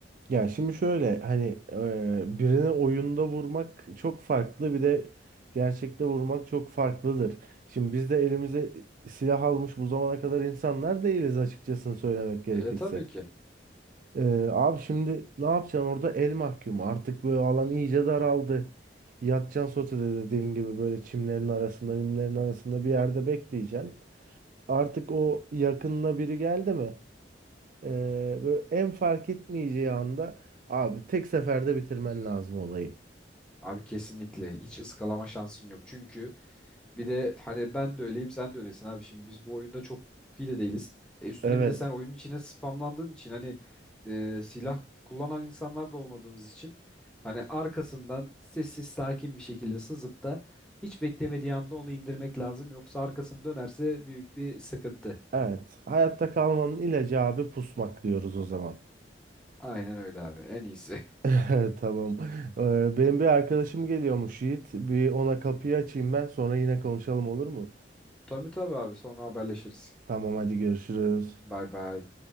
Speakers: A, on the right; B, in the centre.
A: Ya şimdi şöyle hani e, birini oyunda vurmak çok farklı bir de gerçekte vurmak çok farklıdır. Şimdi biz de elimize silah almış bu zamana kadar insanlar değiliz açıkçası söylemek gerekirse.
B: E, tabii ki.
A: E, abi şimdi ne yapacaksın orada el mahkum artık böyle alan iyice daraldı. Yatacaksın sotede dediğin gibi böyle çimlerin arasında mimlerin arasında bir yerde bekleyeceksin. Artık o yakınına biri geldi mi? Ee, böyle en fark etmeyeceği anda abi tek seferde bitirmen lazım olayı.
B: Abi kesinlikle hiç ıskalama şansın yok. Çünkü Bir de hani ben de öyleyim sen de öylesin abi. Şimdi biz bu oyunda çok iyi de değiliz. E üstüne
A: Evet.
B: bir de sen oyunun içine spamlandığın için hani e, silah kullanan insanlar da olmadığımız için hani arkasından sessiz sakin bir şekilde sızıp da hiç beklemediği anda onu indirmek lazım. Yoksa arkasını dönerse büyük bir sıkıntı.
A: Evet. Hayatta kalmanın ilacı abi pusmak diyoruz o zaman.
B: Aynen öyle abi en iyisi.
A: <laughs> Tamam. Ee, benim bir arkadaşım geliyormuş Yiğit. Bir ona kapıyı açayım ben sonra yine konuşalım olur mu?
B: <laughs> Tabii tabii abi sonra haberleşiriz.
A: Tamam hadi görüşürüz.
B: Bay bay.